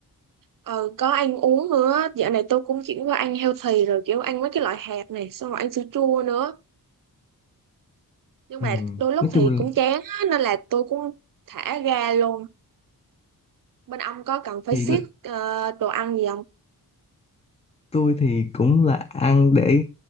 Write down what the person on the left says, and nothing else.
ừ.
nói
chung là
thì
tôi thì cũng là ăn để